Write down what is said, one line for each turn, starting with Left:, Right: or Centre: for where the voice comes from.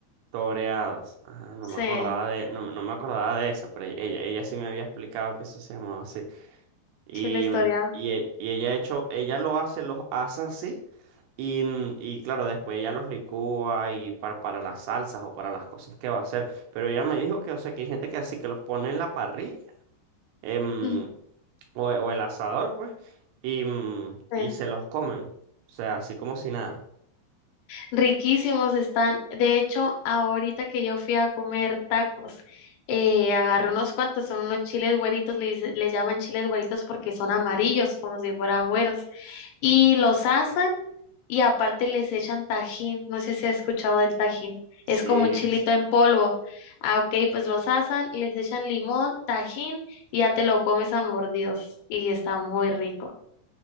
Right: Toreados. Ah, no
Left: Sí,
Right: me acordaba de, no, no me acordaba de eso, pero ella, ella sí me había explicado que eso se llamaba así. Y,
Left: chiles
Right: mm,
Left: toreados.
Right: y, e- y ella hecho, ella lo hace, los asa así. Y, mm, y claro, después ella los licúa y para, para las salsas o para las cosas que va a hacer. Pero ella me dijo que, o sea, que hay gente que así que los pone en la parrilla em,
Left: <laughs>
Right: o, o el asador, pues, y, mm,
Left: Sí.
Right: y se los comen. O sea, así como si nada.
Left: Riquísimos están. De hecho, ahorita que yo fui a comer tacos, eh, agarré unos cuantos, son unos chiles güeritos, le, dice- le llaman chiles güeritos porque son amarillos, como si fueran güeros. Y los asan y aparte les echan tajín, no sé si has escuchado del tajín,
Right: Sí,
Left: es como un chilito
Right: sí.
Left: en polvo. Ah, ok, pues los asan, les echan limón, tajín y ya te lo comes a mordidos y está muy rico.